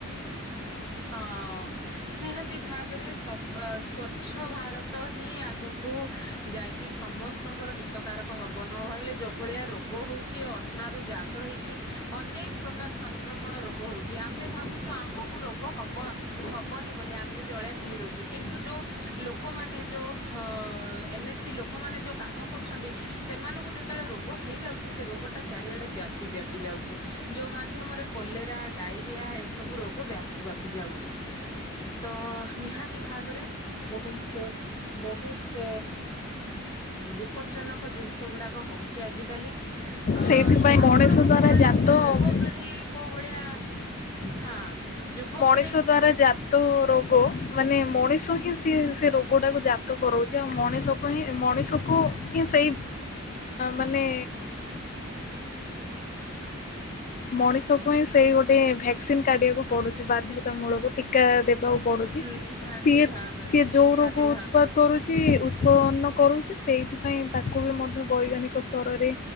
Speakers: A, on the left (about 20°); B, on the left (about 35°).
A: ହଁ, ନିହାତି ଭାବରେ ସଫ-ସ୍ଵଚ୍ଛ ଭାରତ ହିଁ ଆଗୁ କୁ ଯାଇକି ସମସ୍ତଙ୍କର ହିତକାରକ ହବ। ନ ହଲେ ଯୋଉ ଭଳିଆ ରୋଗ ହଉଛି ଅଶି ଆବର୍ଜନାରୁ ଜାତ ହେଇକି ଅନେକ ପ୍ରକାର ସଂକ୍ରମଣ ରୋଗ ହଉଛି। ଆମେ ଭାବୁଛୁ ଆମକୁ ହବ ହବନି ବୋଲି ଆମେ ଯଦି ଅଳିଆ ଫିଙ୍ଗି ଦଉଛୁ କିନ୍ତୁ ଯୋଉ ଲୋକମାନେ ଯୋଉ ହଁ ଏନ୍ଏସ୍ ସି ଲୋକମାନେ ଯୋଉ କାମ କରୁଛନ୍ତି, ସେମାନଙ୍କୁ ଯେ ଯେତେବେଳେ ରୋଗ ହେଇଯାଉଛି ସେ ରୋଗଟା ଚାରିଆଡେ ବ୍ୟାପି ବ୍ୟାପି ଯାଉଛି। ଯୋଉ ମାଧ୍ୟମରେ କୋଲେରା ଡାଇରିଆ ଏସବୁ ରୋଗ ବ୍ୟାପ୍ ବ୍ୟାପି ଯାଉଛି। ତ ନିହାତି ଭାବରେ ବହୁତ ବହୁତ ବିପଦ୍ଜନକ ଜିନିଷଗୁଡାକ ହଉ ଚି ଆଜିକାଲି। ଅ
B: ସେଇଥିପାଇଁ
A: ଆପଣଙ୍କୁ
B: ମଣିଷ ଦ୍ଵାରା
A: କଣ ଲାଗୁଛି
B: ଜାତ
A: ଯେ ଯୁବ ପିଢି କୋଉ ଭଳିଆ ହଁ, ଯୁବପିଢି
B: ମଣିଷ ଦ୍ଵାରା ଜା ତ ରୋଗ, ମାନେ ମଣିଷ ହିଁ ସିଏ ସେ ରୋଗଟାକୁ ଜାତ କରଉଛି ଆଉ ମଣିଷ ହିଁ। ମଣିଷକୁ ହିଁ ସେଇ ମାନେ ମଣିଷକୁ ହିଁ ସେଇ ଗୋଟେ ଭ୍ୟାକ୍ସିନ୍ କାଢିବାକୁ ପଡୁଛି ବାଧ୍ୟତାମୂଳକ ଟୀକା ଦେ ବାକୁ ପଡୁଛି।
A: ନିହାତି
B: ସିଏ
A: ଭାବରେ
B: ସିଏ ଯୋଉ
A: ନିହାତି
B: ରୋଗ
A: ଭାବରେ
B: ଉତ୍ପାଦ କରୁଛି, ଉତ୍ପନ୍ନ କରୁଛି, ସେଇଥିପାଇଁ ତାକୁ ବି ମଧ୍ୟ ବୈଜ୍ଞାନିକ ସ୍ତରରେ